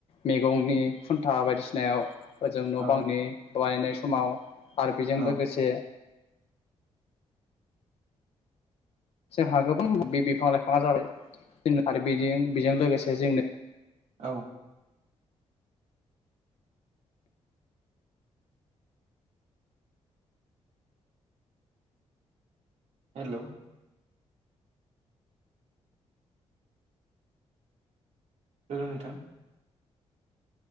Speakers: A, on the left; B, on the right.
A: मैगंनि खुन्था बायदिसिनायाव। ओजों न'
B: औ
A: बांनि बानायनाय समाव आरो बेजों
B: औ
A: लोगोसे जोंहा गोबां बे बिफां लाइफाङा जाबाय जों आरो बिदिं बेजों लोगोसे जोंनो
B: औ। हेल'। हल' नोंथां।